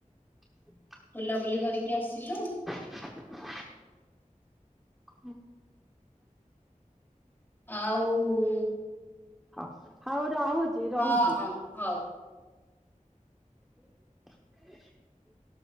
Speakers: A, in the centre; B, on the left (about 15°).
A: <inaudible>
B: ବୁଲାବୁଲି କରିକି ଆସିଲୁ।
A: <inaudible> <unintelligible>
B: ଆଉ ହଁ
A: ହଁ ହଉ ରହୁଚି ରହୁଚି।
B: ହଁ ହଉ।
A: <inaudible>